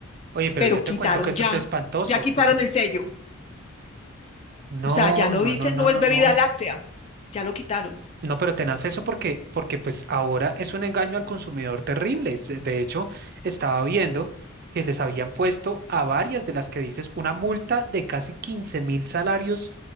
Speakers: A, on the right; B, on the left.
A: Oye, pero
B: pero
A: yo te
B: quitaron
A: cuento que eso
B: ya,
A: es espantoso.
B: ya quitaron
A: Eso.
B: el sello.
A: No,
B: O sea, ya no
A: no,
B: dicen
A: no, no,
B: no
A: no,
B: es bebida
A: no.
B: láctea, ya lo quitaron.
A: No, pero tenaz eso porque, porque pues ahora es un engaño al consumidor terrible. Es- eh, De hecho, estaba viendo que les habían puesto a varias de las que dices una multa de casi quince mil salarios